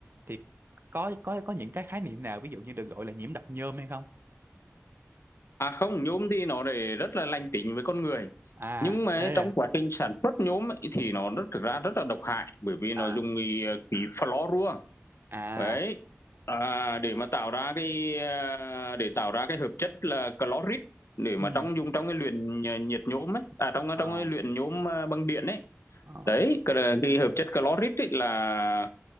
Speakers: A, on the right; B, on the left.
A: thì có có có những cái khái niệm nào ví dụ như được gọi là nhiễm độc nhôm hay không
B: À không, nhôm thì nó để rất là lành tính với con người.
A: à
B: Nhưng mà
A: thế
B: trong
A: à
B: quá trình sản xuất nhôm ấy, thì nó rất thực ra rất là độc hại bởi vì nó
A: à
B: dùng cái, ờ, khí fluorua
A: à
B: đấy à, để mà tạo ra cái à, để tạo ra cái hợp chất là clorit để
A: ừ
B: mà trong dùng trong cái luyện nhiệt nhôm ấy à trong
A: ờ
B: trong cái luyện nhôm à, bằng điện ấy
A: ờ
B: đấy cái, cái hợp chất clorit ấy là